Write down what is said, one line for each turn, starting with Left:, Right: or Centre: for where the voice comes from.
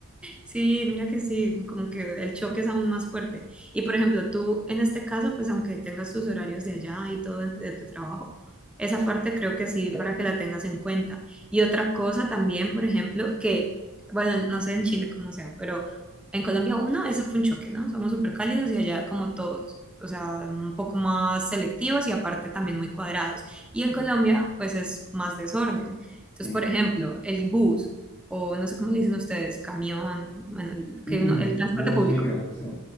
Centre: Sí, mira que sí, como que el choque es aún más fuerte. Y por ejemplo, tú en este caso, pues aunque tengas tus horarios de allá y todo en- de tu trabajo, esa parte creo que sí, para que la tengas en cuenta. Y otra cosa también, por ejemplo, que, bueno, no sé en Chile cómo sea, pero en Colombia uno, eso fue un choque, ¿no? Somos súper cálidos y allá como todos, o sea, un poco más selectivos y aparte también muy cuadrados. Y en Colombia, pues es más desorden. Entonces,
Left: Sí.
Centre: por ejemplo, el bus o no sé cómo le dicen ustedes, camión, bueno, el-
Left: Y
Centre: que uno,
Left: mm,
Centre: el transporte
Left: bus,
Centre: público.
Left: micro, sí.